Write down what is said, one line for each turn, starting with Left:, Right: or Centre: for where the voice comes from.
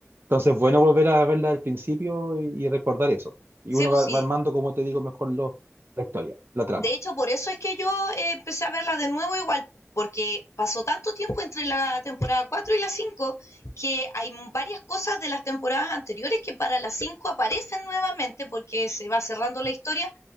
Right: Entonces, bueno, volver a verla al principio y, y recordar eso. Y
Left: sí,
Right: uno
Left: pues
Right: va,
Left: sí.
Right: va armando, como te digo, mejor lo- la historia, la trama.
Left: De hecho, por eso es que yo eh, empecé a verla de nuevo igual, porque pasó tanto tiempo entre la temporada 4 y la cinco que hay varias cosas de las temporadas anteriores que para la 5 aparecen nuevamente porque se va cerrando la historia,